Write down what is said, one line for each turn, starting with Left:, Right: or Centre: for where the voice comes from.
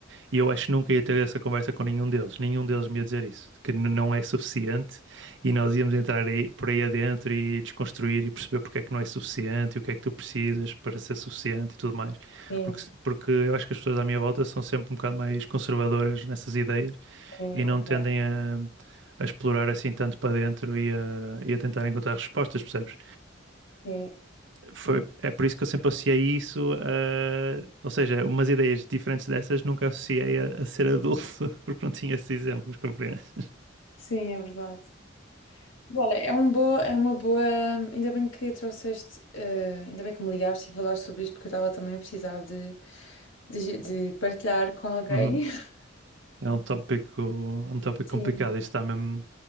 Right: E eu acho que nunca ia ter essa conversa com nenhum deles. Nenhum deles me ia dizer isso, que n- não é suficiente e nós íamos entrar aí, por aí adentro e desconstruir e perceber porque é que não é suficiente e o que é que tu precisas para ser suficiente e tudo mais.
Left: sim,
Right: Porque, se- porque eu acho que as pessoas à minha volta são sempre um bocado mais conservadoras nessas ideias
Left: sim,
Right: e
Left: ok.
Right: não tendem a, a explorar assim tanto para dentro e a, e a tentar encontrar respostas, percebes?
Left: Sim,
Right: foi, é por isso que eu sempre associei isso a, ou seja, umas ideias diferentes dessas nunca associei a, a ser adulto, <laughs> porque não tinha esses exemplos, compreendes?
Left: sim, é verdade. Olha, é um boa, é uma boa. Ainda bem que trouxeste, eh, ainda bem que me ligaste e falar sobre isto, porque eu estava também a precisar de, de, de partilhar com alguém.
Right: Uhum.
Left: <laughs>
Right: É um tópico, é um tópico
Left: Sim,
Right: complicado, isto está mesmo,